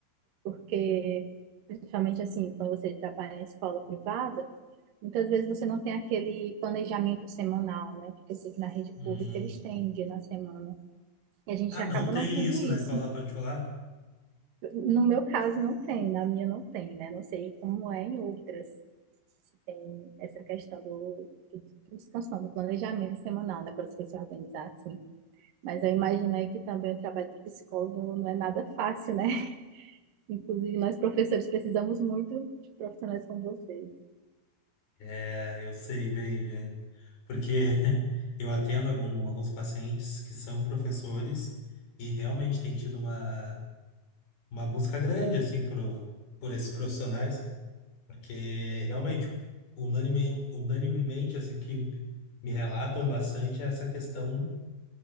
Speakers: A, on the right (about 55°); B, on the left (about 55°).
A: porque principalmente assim, quando você trabalha em escola privada, muitas vezes você não tem aquele planejamento semanal, né? Porque eu sei que na rede
B: Uhum.
A: pública eles têm um dia na semana. E a gente
B: Ah,
A: acaba
B: não tem
A: não tendo
B: isso
A: isso.
B: na escola particular?
A: No meu caso, não tem, na minha não tem, né? Não sei como é em outras, se tem essa questão do, do descanso, do planejamento semanal, né? Para você se organizar assim. Mas eu imagino aí que também o trabalho de psicólogo não é nada fácil, né? <laughs> Inclusive, nós professores precisamos muito de profissionais como vocês.
B: É, eu sei bem, Jennifer. Porque <laughs> eu atendo algum- alguns pacientes que são professores e realmente tem tido uma, uma busca grande, assim, por, por esses profissionais, porque realmente, unanime, unanimemente, assim, que me relatam bastante é essa questão